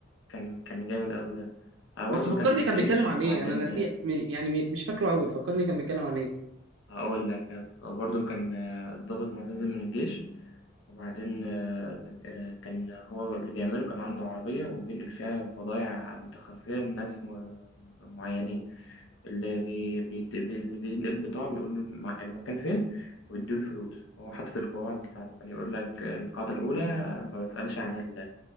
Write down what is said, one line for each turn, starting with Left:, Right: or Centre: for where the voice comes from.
Left: كان كان جامد قوي ده آه برضه
Right: بس فكرني
Left: كان في الجيش
Right: كان بيتكلم عن
Left: وبعدين
Right: ايه انا نسي م- يعني م- مش فاكره قوي فكرني كان بيتكلم عن ايه
Left: هقول لك يا اسطى برضه كان آه، ضابط معتزل من الجيش وبعدين آه، آه، كان هو اللي بيعمله كان عنده عربية وبينقل فيها بضايع متخفية لناس م- معينين اللي بي بي بي- اللي بينقل البضاعة بيقول له الم- المكان فين ويديله الفلوس هو حاطط القواعد بتاعته كان يقول لك القاعدة الأولى ما بسألش عن ال